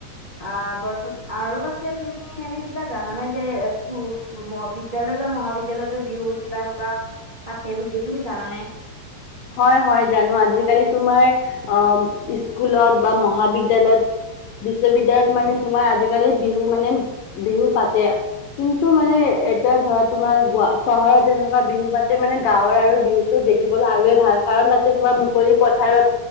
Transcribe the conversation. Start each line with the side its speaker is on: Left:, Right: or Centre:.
Right: অ, বৰ্তমান আৰু পাছেত তুমি এনে কিবা জানানে যে স্কুল, বিদ্য়ালয় বা মহাবিদ্যালয়ত বিহুৰ কিবা এনেকুৱা পাতে বি তুমি জানানে?
Left: হয় হয় জানো আজিকালি তোমাৰ অ' স্কুলত বা মহাবিদ্যালয়ত বিশ্ববিদ্যালয়ত মানে তোমাৰ আজিকালি বিহু মানে বিহু পাতে। কিন্তু মানে এতিয়া ধৰা তোমাৰ গোৱা চহৰত যেনেকুৱা বিহু বা তাতে মানে গাঁৱৰ আৰু বিহুতো দেখিবলৈ আৰুে ভাল। কাৰণ, তাতে তোমাৰ মুকলি পথাৰত